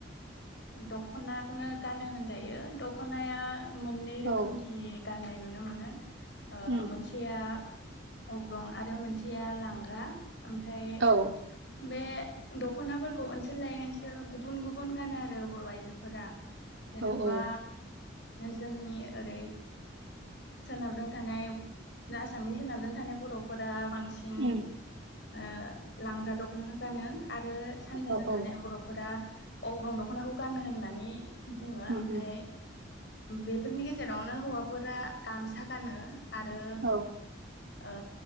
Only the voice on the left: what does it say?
दख'नाखौनो गानो होनजायो दख'नाया मोननै
रोखोमनि गाननाय नुनो मोनो। ओ
मोनसेया अग्रं आरो मोनसेया लांगा । ओमफ्राय
बे दख'नाफोरखौ ओनसोल लायै ओनसोल गुबुन गुबुन गानो आरो बर' आइजोफोरा। जेनेबा।
जोंनि ओरै सोनाबजों थानाय आसामनि सोनाबजों थानाय बर'फोरा बां सिन।
ओ लांगा दख'नाखौ गानो। आरो सानजाजों
थानाय बर'फोरा अग्रं दख'नाखौ गानोनो होननानै बुङो
ओमफ्राय
बेफोरनि गेजेरावनो हौवा गामसा। गानो आरो
ओ